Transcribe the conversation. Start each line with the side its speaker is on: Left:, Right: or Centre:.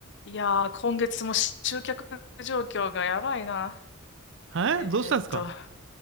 Left: いやー、今月も集客状況がやばいな。
Right: はい、
Left: えーっと、
Right: どうしたんですか